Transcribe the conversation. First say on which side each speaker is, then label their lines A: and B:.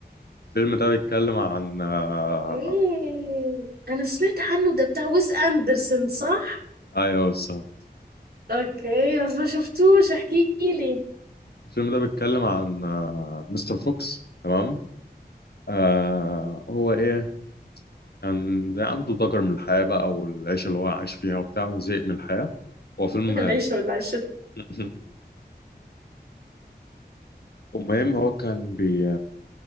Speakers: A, on the left; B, on the right.
A: الفيلم ده بيتكلم عن آه،
B: ايه انا سمعت عنه ده بتاع ويس اندرسون صح
A: ايوه بالظبط
B: اوكي بس ما شفتوش احكي لي
A: الفيلم ده بيتكلم عن آه، مستر فوكس تمام آه هو ايه كان زي عنده ضجر من الحياه بقى والعيشه اللي هو عايش فيها وبتاع وزهق من الحياه هو فيلم
B: <laughs> العيشه ولا عيشه
A: مهم. المهم هو كان بي